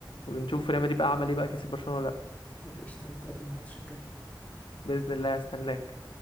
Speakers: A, on the left; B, on the left.
A: ونشوف ريال مدريد بقى عمل ايه بقى كسب برشلونة ولا لا
B: طب قشطه نتقابل الماتش الجاي
A: بإذن الله هستناك